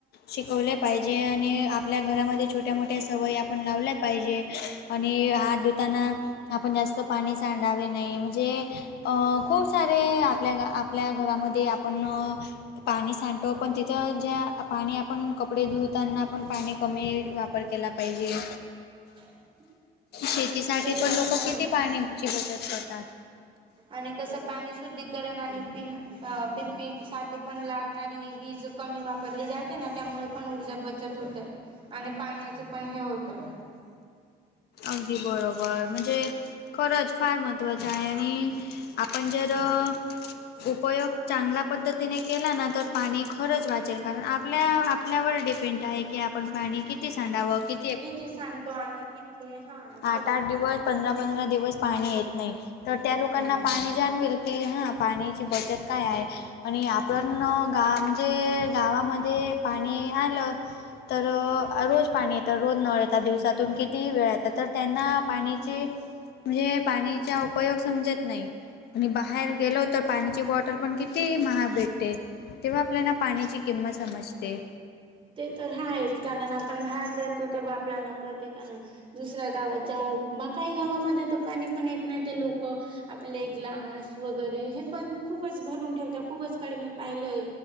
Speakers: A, on the left; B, on the right.
A: शिकवले पाहिजे आणि आपल्या घरामध्ये छोट्या मोठ्या सवयी आपण लावल्या पाहिजे आणि हात धुताना आपण जास्त पाणी सांडावे नाही म्हणजे अ खुप सारे आपल्या आपल्या घरामध्ये आपण पाणी सांडतो पण तिथं ज्या पाणी आपण कपडे धुताना आपण पाणी कमी वाप वापर केला पाहिजे
B: <unintelligible>
A: शेतीसाठी
B: ते
A: पण
B: तर
A: लोक
B: आहेच
A: किती पाण्याची बचत करतात
B: आणि कसं पाणी शुद्धीकरण आणि <unintelligible> अ पिंपी साठी पण लागणारी वीज कमी वापरली जाते ना त्यामुळे पण ऊर्जा ब - बचत होते आणि पाण्याचे पण हे होते
A: अगदी बरोबर म्हणजे - खरंच फार महत्त्वाचं आहे आणि आपण जर - उपयोग चांगल्या पद्धतीने केला ना तर पाणी खरंच वाचेल कारण आपल्या - आपल्यावर डिपेंड आहे की आपण पाणी किती सांडावं किती -
B: किती सांगतो आणि किती हा
A: आठ
B: खरंच
A: आठ दिवस पंधरा पंधरा दिवस पाणी येत नाही तर त्या
B: खरंच.
A: लोकांना पा जाणवेल की हां पाण्याची बचत काय आहे - आणि आपण गाव म्हणजे गावामध्ये पाणी आलं - तर रोज पाणी येतं रोज नळ येतात दिवसातून कि - ती वेळ यता तर त्यांना पाण्याची म्हणजे पाणीचा उपयोग समजत नाही आणि बाहेर गेलो तर पाण्याची बॉटल पण किती महाग भेटते तेव्हा आपल्याला पाण्याची किंमत समजते
B: ते तर आहेच कारण आपण भात जातो तेव्हा आपल्याला कळते कारण - दुसऱ्या गावाच्या बा काही गावामध्ये तर पाणी पण येत नाही ते लोक - आपले ग्लास वगैरे हे पण खूपच भरून ठेवता खूपच कडे मी पाहिलय